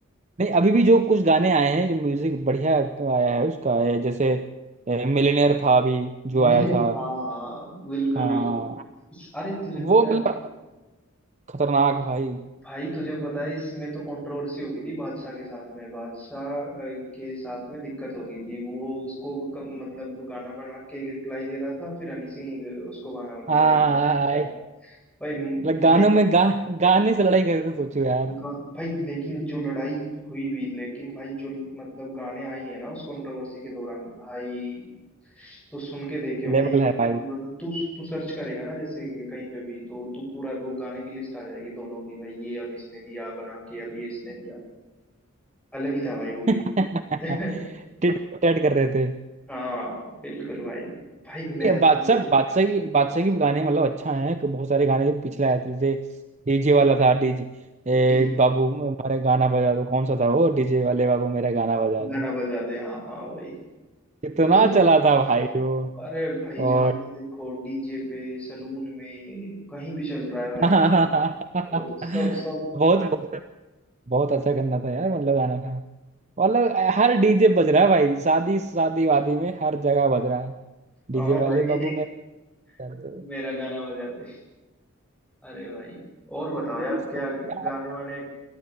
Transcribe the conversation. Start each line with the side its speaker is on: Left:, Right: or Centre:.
Right: नहीं अभी भी जो कुछ गाने आए हैं जो म्यूजिक बढ़िया आया है उसका ये जैसे मिलियनेयर था अभी जो
Centre: मिले
Right: आया था
Centre: हाँ हाँ, बिल्कुल
Right: हाँ
Centre: बिल्कुल अरे तुझे
Right: वो
Centre: पता है
Right: मतलब
Centre: भाई
Right: खतरनाक भाई
Centre: भाई तुझे पता है इसमें तो कंट्रोवर्सी हो गई थी बादशाह के साथ में बादशाह अ, के साथ में दिक्कत हो गई थी वो उसको कम, मतलब गाना बना के रिप्लाई दे रहा था फिर हनी सिंह उसको गाना बना
Right: हाँ
Centre: के रिप्लाई दे रहा था भाई म-
Right: मतलब गानों
Centre: लेकिन
Right: में गा गाने से लड़ाई करते सोचो यार
Centre: गा- भाई लेकिन जो लड़ाई हुई भी लेकिन भाई जो मतलब गाने आई है ना उस कंट्रोवर्सी के दौरान भाई तो सुन के देखियो भाई
Right: लेवल
Centre: एक
Right: है
Centre: पूरा
Right: भाई
Centre: तू तू सर्च करेगा ना जैसे कहीं पे भी तो तू पूरा वो गाने की लिस्ट आ जाएगी दोनों की भाई ये अब इसने दिया बना के अब ये इसने दिया अलग ही था भाई वो भी
Right: <laughs>
Centre: <laughs>
Right: टिट फॉर टैट कर रहे थे
Centre: हाँ बिल्कुल भाई भाई मैं
Right: ये बादशाह
Centre: तो
Right: बादशाह की बादशाह के भी गाने मतलब अच्छा है कि बहुत सारे गाने जो पिछले आए थे जैसे डीजे वाला था डीजे ए
Centre: डी-
Right: बाबू मेरा गाना बजा दो कौन सा था वो डीजे वाले बाबू मेरा गाना बजा
Centre: गाना
Right: दो
Centre: बजा दे हाँ हाँ वही
Right: कितना
Centre: वो तो एक
Right: चला था भाई वो
Centre: अरे भाई जहाँ
Right: और
Centre: पे देखो डीजे पे सलून में कहीं भी चल रहा
Right: <laughs>
Centre: है भाई
Right: बहुत
Centre: वो तो वो तो सब सब
Right: बहुत बहुत
Centre: हाँ
Right: अच्छा गाना था यार मतलब गाना था मतलब हर डीजे बज रहा है भाई शादी शादी वादी में हर जगह बज रहा है डीजे
Centre: हाँ भाई
Right: वाले बाबू मैं तेरी
Centre: <laughs> मेरा गाना बजाते अरे भाई और बताओ
Right: सरकार,
Centre: यार क्या गाने वाने